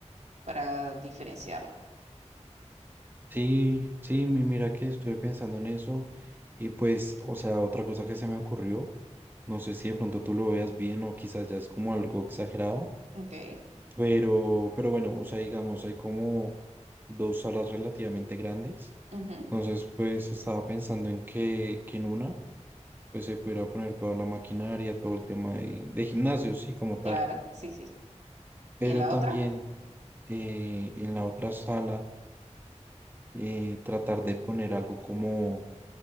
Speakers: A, on the right (about 70°); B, on the right (about 15°).
A: para diferenciarlo.
B: sí, sí, mi- mira que estuve pensando en eso y pues, o sea, otra cosa que se me ocurrió, no sé si de pronto tú lo veas bien o quizás ya es como algo exagerado
A: Ok,
B: Pero, pero bueno, o sea, digamos, hay como dos salas relativamente grandes.
A: ujú,
B: Entonces, pues estaba pensando en que, que en una, pues se pudiera poner toda la maquinaria, todo el tema de, de gimnasio, sí, como tal.
A: claro, sí, sí.
B: Pero
A: ¿Y en la
B: también
A: otra?
B: eh, en la otra sala, eh, tratar de poner algo como,